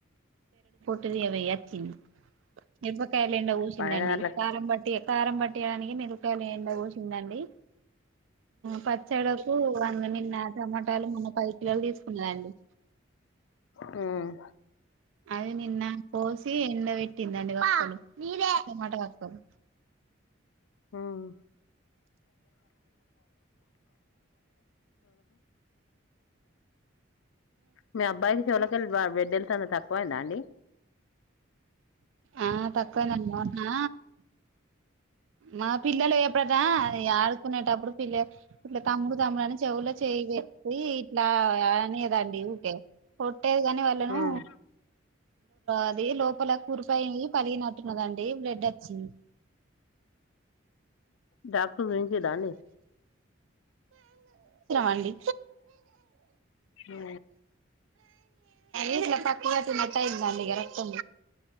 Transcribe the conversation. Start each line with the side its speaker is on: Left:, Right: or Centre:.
Right: అవచ్చి మీరాపకాయలెంండ ఊసిందండి
Left: పన్నెండు గంటలకు
Right: కారంబట్టి కారంబట్టి ేయడానికి మరుపాయలు ఏండ వసిందండి పచ్చడుకు వంద నిన్న టమాటాలు మొన్న పది కిలోలు తీసుకున్నదండి
Left: హ్మ్మ్
Right: అది నిన్న పోసి ఎండ పెట్టిందండి వక్కలు టమాట వక్కలు
Left: హ్మ్మ్ మీ అబా కస వాళ బిడ్డల్స్ అంత తక్కువయిందా అండి
Right: ఆ త పోయినండిన్నా మా పిల్లలు ఎప్పుడట ఆడుకునేటప్పుడు పిల్ల పిల్ల తమ్ముడు మ్రాని చెవులో చేయి పెట్టి ఇట్లా అనేదండి ఓకే పట్టేది కాని వాళ్ళను
Left: ఉమ్
Right: అది లోప కురిపాయి పలిగనట్టున్నదండి బ్లడ్ వచ్చింది
Left: డాక్టర్ గురిించదాడి
Right: అండి
Left: ఆ
Right: ఇ చకువతి మతాయి న అందిగ రక్తం